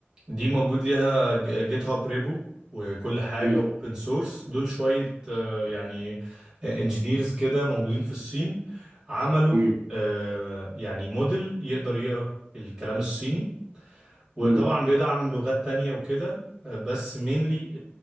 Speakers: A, on the right; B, on the right.
A: دي موجود ليها ج- جيت هاب ريبو وكل حاجة
B: امم
A: واوبن سورس دول شوية آه، يعني انجينيرز كده موجودين في الصين عملوا
B: امم
A: آه، يعني موديل يقدر يقرأ الكلام الصيني وطبعا
B: امم
A: بيدعم لغات تانية وكده آه، بس مينلي